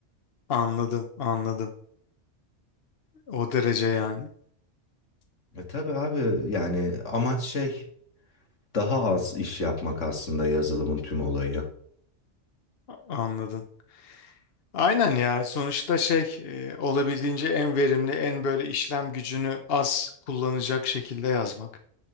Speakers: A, on the left; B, on the left.
A: anladım anladım. O derece yani
B: E tabii abi yani amaç şey daha az iş yapmak aslında yazılımın tüm olayı.
A: anladım. Aynen ya sonuçta şey e, olabildiğince en verimli en böyle işlem gücünü az kullanacak şekilde yazmak.